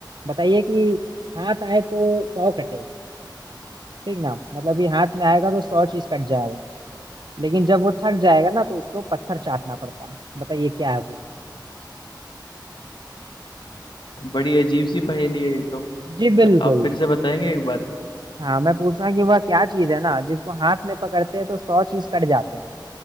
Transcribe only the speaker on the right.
बताइए कि हाथ आए तो सौ कटे ठीक ना मतलब कि हाथ में आएगा तो सौ चीज कट जाएगा लेकिन जब वो थक जाएगा ना तो उसको पत्थर चाटना पड़ता है बताइए क्या है वो
जी बिल्कुल
हाँ मैं पूछ रहा हूँ कि वह क्या चीज है ना जिसको हाथ में पकड़ते हैं तो सौ चीज कट जाते हैं